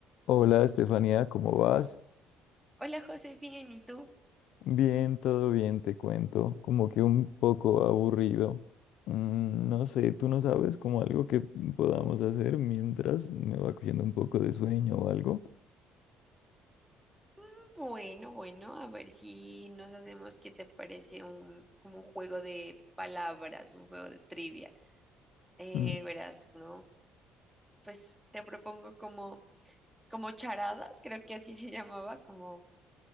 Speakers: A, on the left (about 75°); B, in the centre.
A: Hola Estefanía, ¿cómo vas?
B: Hola José, bien, ¿y tú?
A: Bien, todo bien, te cuento. Como que un poco aburrido. Mm, no sé, tú no sabes como algo que podamos hacer mientras me va cogiendo un poco de sueño o algo.
B: "Mm, Bueno, bueno, a ver si nos hacemos, ¿qué te parece un, como un juego de palabras, un juego de trivia? Eh,
A: Mm,
B: verás, ¿no? Pues te propongo como, como charadas, creo que así se <laughs> llamaba, como,